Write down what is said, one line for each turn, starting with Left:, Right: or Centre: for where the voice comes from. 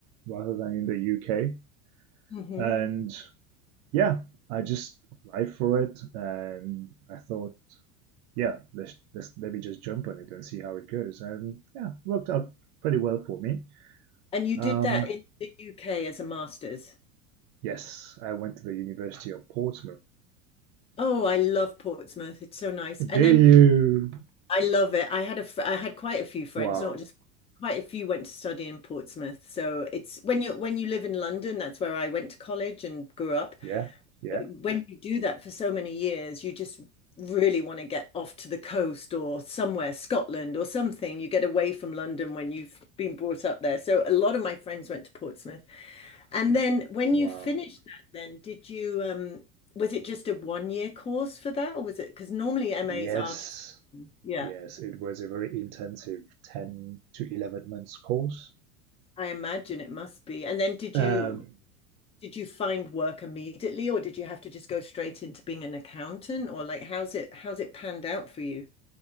Right: rather than in the UK.
Left: hmm
Right: And yeah, I just applied for it and I thought, yeah, let's, let's let me just jump on it and see how it goes. And yeah, it worked out pretty well for me.
Left: And you
Right: Um,
Left: did that in the UK as a master's.
Right: Yes, I went to the University of Portsmouth.
Left: Oh, I love Portsmouth. It's so nice. And
Right: Did
Left: then
Right: you?
Left: I love it. I had a fr- I had quite a few friends,
Right: Wow.
Left: not just quite a few went to study in Portsmouth. So it's when you when you live in London, that's where I went to college and grew up.
Right: Yeah, yeah.
Left: But When you do that for so many years, you just really want to get off to the coast or somewhere, Scotland or something. You get away from London when you've been brought up there. So a lot of my friends went to Portsmouth. And then when
Right: Wow.
Left: you finished that, then did you um was it just a one year course for that or was it because normally MAs
Right: Yes,
Left: are just yeah,
Right: yes. It was a very intensive 10 to 11 months course.
Left: I imagine it must be. And then did
Right: Um,
Left: you did you find work immediately or did you have to just go straight into being an accountant or like how's it how's it panned out for you?